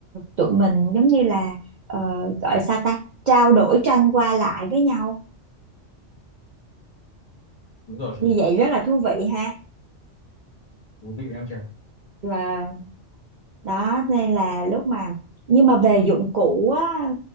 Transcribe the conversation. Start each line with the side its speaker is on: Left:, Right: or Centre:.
Right: tụi mình giống như là ờ, gọi sao ta trao đổi tranh qua lại với nhau
Left: đúng rồi
Right: như
Left: chị
Right: vậy rất là thú vị ha
Left: thú vị em chị
Right: và đó nên là lúc mà nhưng mà về dụng cụ á